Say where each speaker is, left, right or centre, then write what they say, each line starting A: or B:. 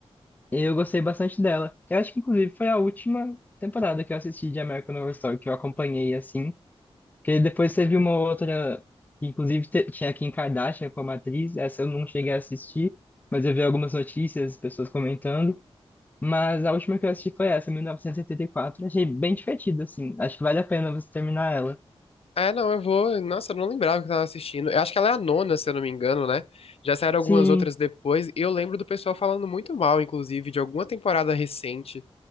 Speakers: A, on the left (about 15°); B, on the left (about 65°).
A: E eu gostei bastante dela. Eu acho que, inclusive, foi a última temporada que eu assisti de American Horror Story, que eu acompanhei, assim. Porque depois teve uma outra, que inclusive te- tinha a Kim Kardashian como atriz, essa eu não cheguei a assistir, mas eu vi algumas notícias, pessoas comentando. Mas a última que eu assisti foi essa, mil novecentos e e oitenta e quatro Achei bem divertida, assim. Acho que vale a pena você terminar ela.
B: É, não, eu vou. Nossa, eu não lembrava que eu tava assistindo. Eu acho que ela é a nona, se eu não me engano, né? Já saíram
A: Sim,
B: algumas outras depois. E eu lembro do pessoal falando muito mal, inclusive, de alguma temporada recente.